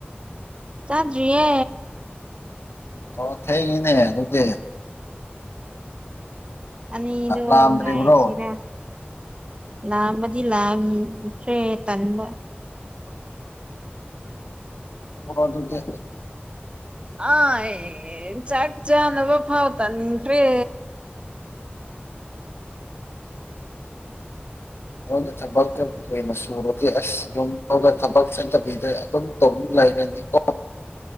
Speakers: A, on the right; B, on the left.
A: ꯆꯥꯟꯗꯨꯌꯦ
B: ꯑꯥꯎ ꯊꯩꯅꯦ ꯑꯗꯨꯨꯛꯇ
A: ꯑꯗꯣ
B: ꯂꯥꯝꯗ꯭ꯔꯤꯕ꯭ꯔꯣ
A: ꯉꯁꯤꯕ ꯂꯥꯗꯤ ꯂꯥꯁ ꯇꯟꯕ
B: ꯑꯗꯨꯗ
A: ꯑꯥ ꯆꯥꯛ ꯆꯅꯕ ꯐꯥꯎ ꯇꯅꯤꯈꯦ
B: ꯌ ꯊꯕꯛꯇ ꯀꯩꯅ ꯁꯨꯔꯗꯤ ꯑꯁ ꯌꯒ ꯊꯕꯛ ꯆꯗ <unintelligible> ꯇꯧꯅꯤꯡ ꯂꯩꯔꯅꯤꯀꯣ